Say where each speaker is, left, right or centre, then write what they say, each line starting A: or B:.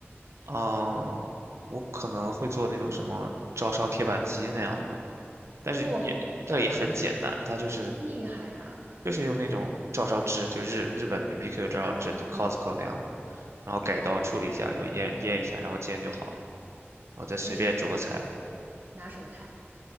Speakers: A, on the right; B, on the right.
A: 嗯，我可能会做那种什么照烧铁板鸡那样的，但是也但也很简单，
B: 哇、
A: 它就是
B: 厉害呀！
A: 就是用那种照烧汁，就日日本的 BBQ 照烧汁，
B: 啊，
A: 就 Costco 那样的，然后改刀处理一下，要腌腌一下，然后煎就好了，然后再随便煮个菜，
B: 这是你的拿手菜。